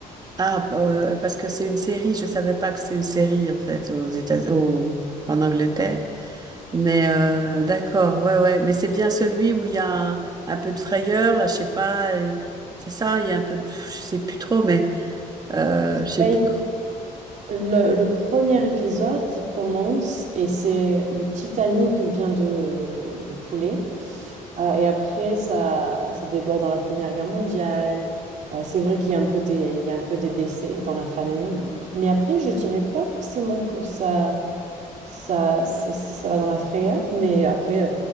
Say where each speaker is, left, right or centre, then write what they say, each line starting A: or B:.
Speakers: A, on the right; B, on the right.
A: Ah euh, parce que c'est une série. Je savais pas que c'est une série en fait aux États, au- en Angleterre. Mais euh, d'accord, ouais, ouais. Mais c'est bien celui où il y a un, un peu de frayeur, là, je sais pas. et- C'est ça, il y a un peu de... Je sais plus trop, mais euh, je sais
B: Là,
A: plus.
B: il- le, le premier épisode, il commence, et c'est le Titanic vient de, de couler. Euh, et après, ça, ça déborde dans la Première Guerre mondiale. Euh, c'est vrai qu'il y a un peu des, il y a un peu des décès dans la famille. Mais après, je dirais pas forcément que ça, ça, c'est, c'est- ça va dans la frayeur. Mais après, euh,